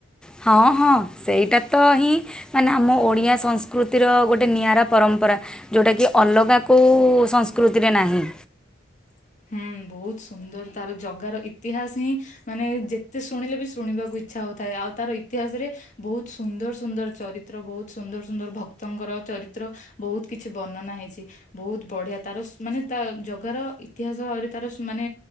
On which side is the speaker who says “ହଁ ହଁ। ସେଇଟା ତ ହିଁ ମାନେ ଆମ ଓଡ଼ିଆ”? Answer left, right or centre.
Centre